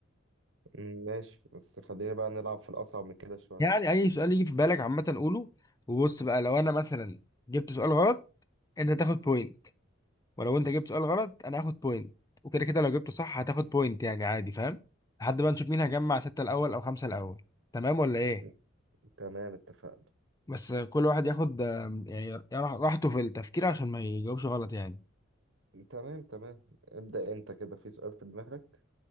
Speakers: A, on the right; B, on the left.
A: م، ماشي بس خلينا بقى نلعب في الأصعب من كده شوية
B: يعني اي سؤال يجي في بالك عامه قوله وبص بقى لو انا مثلا جبت سؤال غلط انت تاخد بوينت ولو انت جبت سؤال غلط انا هاخد بوينت وكده كده لو جبته صح هتاخد بوينت يعني عادي فاهم لحد ما نشوف مين هيجمع ستة الاول او خمسة الاول تمام ولا ايه
A: م، تمام اتفقنا
B: بس كل واحد ياخد آم، يعني راح- راحته في التفكير عشان ما يجاوبش غلط يعني
A: تمام تمام ابدأ انت كده في سؤال في دماغك